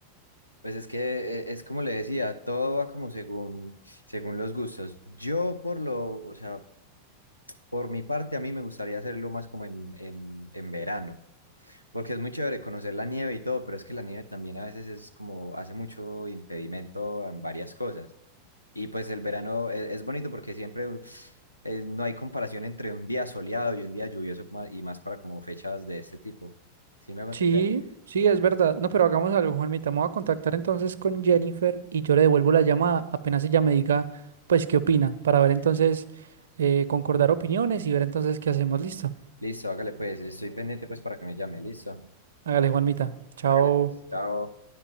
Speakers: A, on the left (about 80°); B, on the right (about 65°).
A: Pues es que eh, es como le decía, todo va como según, según los gustos. Yo por lo, o sea, por mi parte a mí me gustaría hacerlo más como en, en, en verano, porque es muy chévere conocer la nieve y todo, pero es que la nieve también a veces es como, hace mucho impedimento en varias cosas. Y pues el verano es, es bonito porque siempre eh, no hay comparación entre un día soleado y un día lluvioso ma- y más para como fechas de este tipo. ¿Sí me hago entender?
B: Sí, sí, es verdad. No, pero hagamos algo, Juanmita. Me voy a contactar entonces con Jennifer y yo le devuelvo la llamada apenas ella me diga, pues, qué opina, para ver entonces, eh, concordar opiniones y ver entonces qué hacemos. Listo.
A: Listo, hágale pues, estoy pendiente pues para que me llame, listo.
B: Hágale, Juanmita. Chao.
A: Hágale pues, chao.